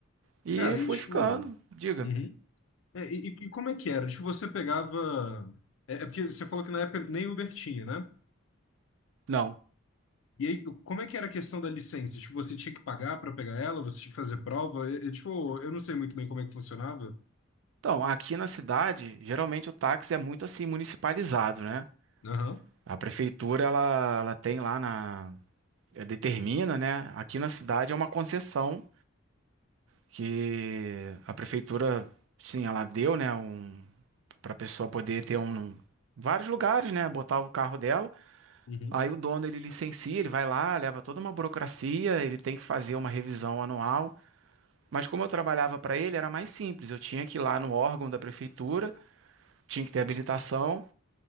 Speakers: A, on the right; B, on the left.
A: E
B: Cara, e
A: fui
B: tipo.
A: ficando, diga.
B: Uhum. É, E, e- e como é que era? Tipo, você pegava. É, é porque você falou que na época nem Uber tinha, né?
A: Não.
B: E aí, como é que era a questão da licença? Tipo, você tinha que pagar pra pegar ela? Você tinha que fazer prova? É, é, tipo, eu não sei muito bem como é que funcionava.
A: Então, aqui na cidade, geralmente o táxi é muito assim municipalizado, né?
B: Aham.
A: A prefeitura ela, ela tem lá na eh, determina, né? Aqui na cidade é uma concessão que a prefeitura sim, ela deu, né, um para pessoa poder ter um vários lugares, né, botar o carro dela.
B: Uhum.
A: Aí o dono ele licencia, ele vai lá, leva toda uma burocracia, ele tem que fazer uma revisão anual. Mas como eu trabalhava para ele, era mais simples. Eu tinha que ir lá no órgão da prefeitura, tinha que ter habilitação